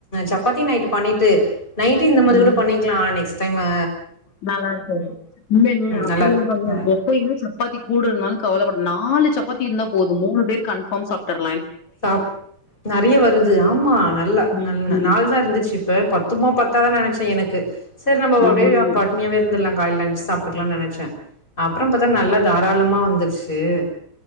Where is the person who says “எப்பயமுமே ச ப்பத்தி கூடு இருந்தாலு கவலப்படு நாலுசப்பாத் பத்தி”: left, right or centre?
Left